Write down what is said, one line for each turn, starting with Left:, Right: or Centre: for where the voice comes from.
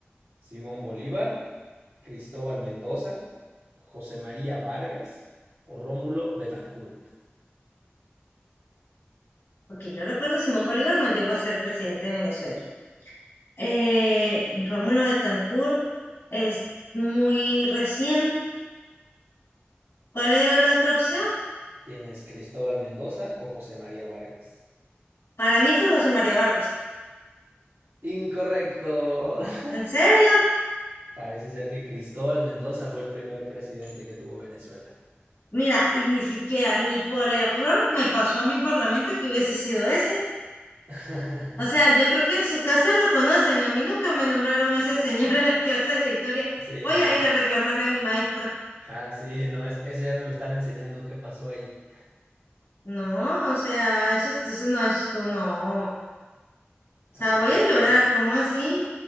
Right: Simón Bolívar, Cristóbal Mendoza, José María Vargas o Rómulo Betancourt.
Left: porque yo recuerdo Simón Bolívar no llegó a ser presidente de Venezuela. eh, Rómulo Betancourt es muy reciente. ¿Cuál era la otra opción?
Right: Tienes Cristóbal Mendoza o José María Vargas.
Left: Para mí fue José María Vargas.
Right: Incorrecto. <laughs>
Left: ¿En serio?
Right: Parece ser que Cristóbal Mendoza fue el primer presidente que tuvo Venezuela.
Left: Mira, y ni siquiera, ni por error me pasó a mí por la mente que hubiese sido ese.
Right: <laughs>
Left: O sea, yo creo que en su casa lo conocen. A mí nunca me nombraron a ese señor <laughs> en las clases de historia.
Right: Sí,
Left: Voy
Right: no.
Left: a ir a reclamarle a mi maestra.
Right: Ja, sí, no, es- eso ya no lo están enseñando. ¿Qué pasó ahí?
Left: No, o sea, eso, eso no es tú, no. O sea,
Right: Algo
Left: voy
Right: está
Left: a
Right: sucediendo.
Left: llorar, ¿cómo así?